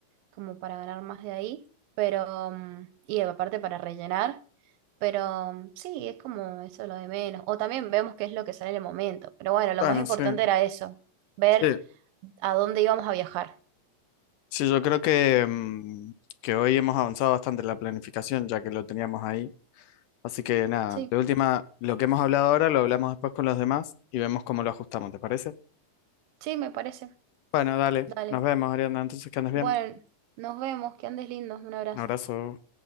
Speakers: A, on the right; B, on the left.
A: como para ganar más de ahí, pero, mm, y aparte para rellenar, pero mm, sí, es como eso lo de menos, o también vemos qué es lo que sale en el momento, pero bueno, lo
B: bueno,
A: más importante
B: sí.
A: era eso, ver
B: Sí,
A: a dónde íbamos a viajar.
B: sí, yo creo que, mm, que hoy hemos avanzado bastante en la planificación, ya que lo teníamos ahí. Así que nada,
A: Sí,
B: de última, lo que hemos hablado ahora lo hablamos después con los demás y vemos cómo lo ajustamos, ¿te parece?
A: sí, me parece.
B: Bueno, dale,
A: Dale.
B: nos vemos, Ariana, entonces que andes
A: Bueno,
B: bien.
A: nos vemos, que andes lindo, un abrazo.
B: Un abrazo.